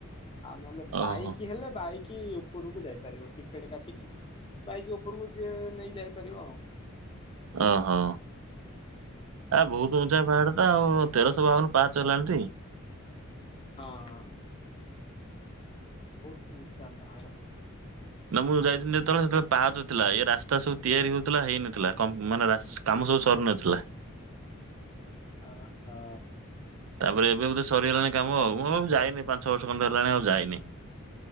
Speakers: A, on the left; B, on the right.
A: ଆଉ ନହେଲେ
B: ଓହୋ।
A: ବାଇକି ହେଲେ ବାଇକି ଉପରକୁ ଯାଇପାରିବ ଟିକେଟ୍ କାଟିକି ବାଇକ୍ ଉପରକୁ ଯିଏ ନେଇ ଯାଇପାରିବ ଆଉ।
B: ଓହଁ। ଆ ବହୁତ୍ ଉଞ୍ଚା ପାହାଡ ଟା ଆଉ ତେରଶହ ବାଉନ ପାଚ ହେଲାଣି ଟି।
A: ହଁ, ବହୁତ୍ ଉଁଚା ପାହାଡ଼।
B: ନା ମୁଁ ଯାଇଥିଲି ଯେତେବେଳେ ସେତେବେଳେ ପାହଚ ଥିଲା ଏ ରାସ୍ତା ସବୁ ତିଆରି ହଉଥିଲା ହେଇନଥିଲା। କ ମାନେ କାମ ସବୁ ସରିନଥିଲା
A: ଆ ଆ।
B: ତାପରେ ଏବେ ବୋଧେ ସରିଗଲାଣି କାମ ଆଉ ଯାଇନି ପାଞ୍ଚ ବର୍ଷ ଖଣ୍ଡେ ହେଲାଣି ଆଉ ଯାଇନି।